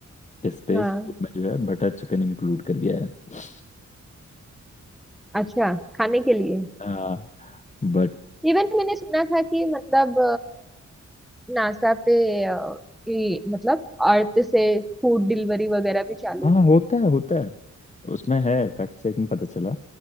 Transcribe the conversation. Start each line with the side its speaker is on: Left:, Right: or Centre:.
Left: स्पेस
Centre: हाँ
Left: फूड में जो है बटर चिकन इंक्लूड कर दिया है <laughs>
Centre: अच्छा खाने के लिए
Left: हाँ बट
Centre: इवन मैंने सुना था कि मतलब नासा पे अ, ये, मतलब अर्थ से फूड डिलीवरी वगैरह भी चालू
Left: हाँ
Centre: हुई।
Left: होता है होता है उसमें है फैक्ट चेक में पता चला